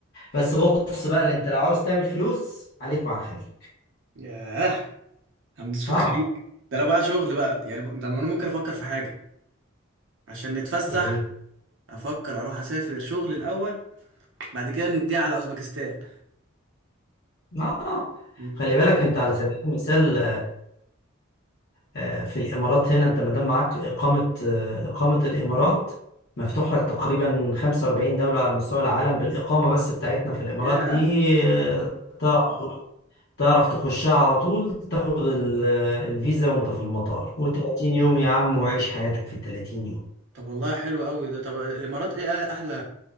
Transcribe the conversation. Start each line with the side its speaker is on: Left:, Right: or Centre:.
Left: بس بص بقى اللي انت لو عاوز تعمل فلوس عليك وعلى الخليج
Right: ياه هندوس في
Left: اه
Right: الخليج ده لو بقى شغل بقى يعني ب- ده انا ممكن افكر في حاجه عشان نتفسح
Left: ايه
Right: افكر اروح اسافر شغل الاول بعد كده نديها على اوزبكستان
Left: اه
Right: مم.
Left: خلي بالك انت على سبيل المثال آه، في الامارات هنا انت ما دام معاك اقامه آه، اقامه الامارات مفتوح لك تقريبا 45 دوله على مستوى العالم بالاقامه بس بتاعتنا في الامارات
Right: ياه
Left: دي آه، تعرف تعرف تخشها على طول تاخد ال- آه، الفيزا وانت في المطار و30 يوم يا عم وعيش حياتك في ال 30 يوم
Right: طب والله حلو قوي ده طب الامارات ايه احلى